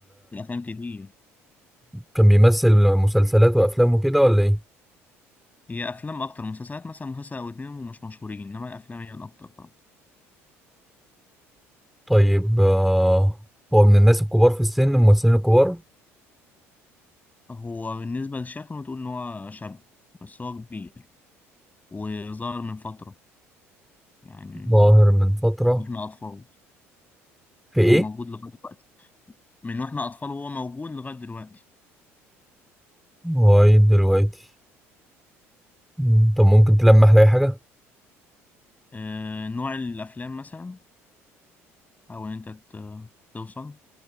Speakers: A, on the left (about 20°); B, in the centre.
A: في الأفلام كتير
B: كان بيمثل مسلسلات وأفلام وكده ولا ايه
A: هي أفلام أكتر مسلسلات مثلا مسلسل أو اتنين ومش مشهورين إنما الأفلام هي الأكتر طبعا
B: طيب آه هو من الناس الكبار في السن الممثلين الكبار
A: هو بالنسبة لشكله تقول إن هو شاب بس هو كبير وظهر من فترة يعني
B: ظاهر من فترة
A: من إحنا أطفال
B: في ايه؟
A: وهو موجود لغاية دلوقتي من وإحنا أطفال وهو موجود لغاية دلوقتي
B: لغاية دلوقتي مم. طب ممكن تلمح لي أي حاجة؟
A: آه نوع الأفلام مثلا حاول أنت ت- توصل